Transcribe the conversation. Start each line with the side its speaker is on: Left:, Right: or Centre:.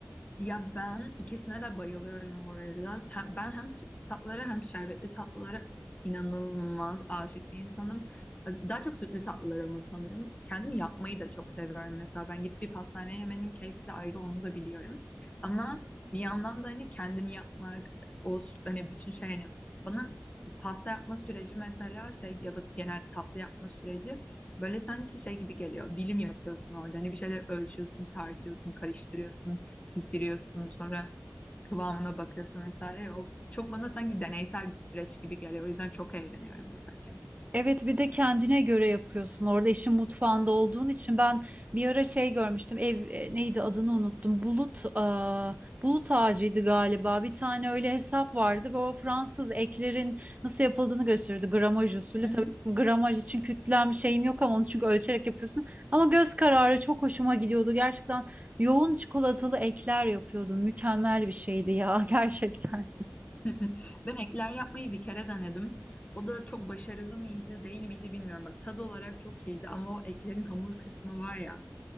Left: Ya ben ikisine de bayılıyorum bu arada. Sen- ben hem sütlü tatlılara hem şerbetli tatlılara inanılmaz aşık bir insanım. Daha çok sütlü tatlılara ama sanırım. Kendim yapmayı da çok seviyorum mesela. Ben gidip bir pastaneye yemenin keyfi de ayrı onu da biliyorum. Ama bir yandan da hani kendim yapmak, o s- hani bütün şey hani bana pasta yapma süreci mesela şey ya da genel tatlı yapma süreci böyle sanki şey gibi geliyor. Bilim yapıyorsun orada. Hani bir şeyler ölçüyorsun, tartıyorsun, karıştırıyorsun pişiriyorsun sonra kıvamına bakıyorsun vesaire. O çok bana sanki deneysel bir süreç gibi geliyor. O yüzden çok eğleniyorum yaparken.
Right: Evet bir de kendine göre yapıyorsun. Orada işin mutfağında olduğun için ben bir ara şey görmüştüm. Ev e, neydi adını unuttum. Bulut aa, bulut ağacıydı galiba. Bir tane öyle hesap vardı ve o Fransız eklerin nasıl yapıldığını gösteriyordu. Gramaj usulü.
Left: Hı hı.
Right: Tabii gramaj için kütlem şeyim yok ama onu çünkü ölçerek yapıyorsun. Ama göz kararı çok hoşuma gidiyordu. Gerçekten yoğun çikolatalı ekler yapıyordum. Mükemmel bir şeydi ya <laughs> gerçekten.
Left: <laughs> Ben ekler yapmayı bir kere denedim. O da çok başarılı mıydı, değil miydi bilmiyorum. Bak tadı olarak çok iyiydi ama o eklerin hamur kısmı var ya.